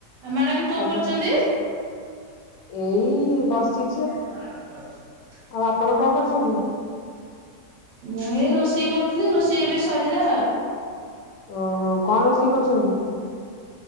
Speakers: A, on the right; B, on the left.
A: ଆଉ ମ୍ୟାଡାମ କଣ
B: ହ୍ୟାଲୋ
A: କରୁଛନ୍ତି?
B: ଏଇ ବସି
A: <unintelligible>
B: ଆଉ ଆପଣ କଣ କରୁଛନ୍ତି?
A: ମୁଁ ଏଇ ରୋଷେଇ କରୁଥିଲି ରୋଷେଇ ଏବେ ସରିଲା।
B: ଓହୋ କଣ ରୋଷେଇ କରିଛନ୍ତି?